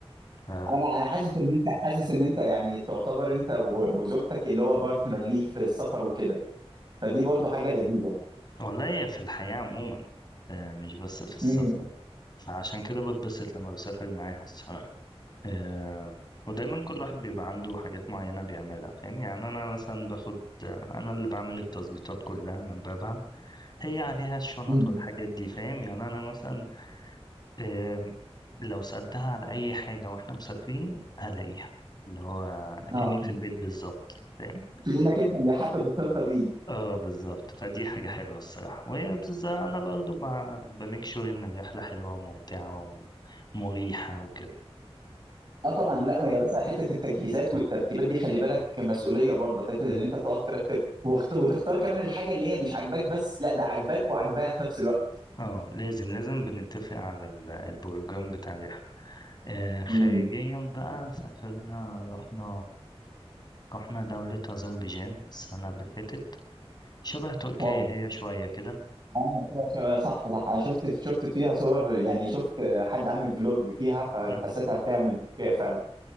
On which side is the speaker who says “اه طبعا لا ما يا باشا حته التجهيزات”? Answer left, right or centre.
Right